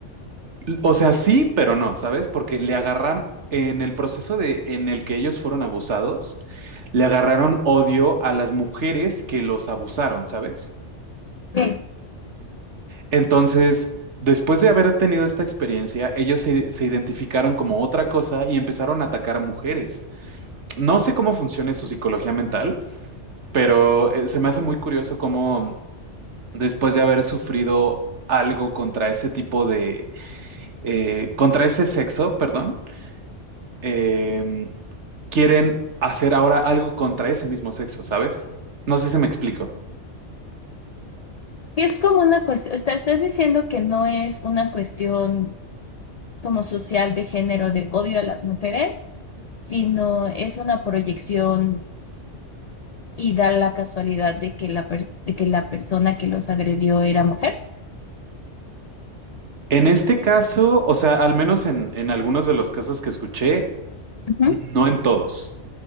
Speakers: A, on the right; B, on the left.
A: o sea, sí, pero no, ¿sabes? Porque le agarran en el proceso de, en el que ellos fueron abusados, le agarraron odio a las mujeres que los abusaron, ¿sabes?
B: sí.
A: Entonces, después de haber tenido esta experiencia, ellos se, se identificaron como otra cosa y empezaron a atacar mujeres. No sé cómo funciona su psicología mental, pero eh, se me hace muy curioso cómo mm, después de haber sufrido algo contra ese tipo de, eh, contra ese sexo, perdón, eh, quieren hacer ahora algo contra ese mismo sexo, ¿sabes? No sé si me explico.
B: Y Es como una cuestión, está, estás diciendo que no es una cuestión como social de género de odio a las mujeres, sino es una proyección y da la casualidad de que la, per- de que la persona que los agredió era mujer.
A: En este caso, o sea, al menos en, en algunos de los casos que escuché,
B: Ujú.
A: no en todos.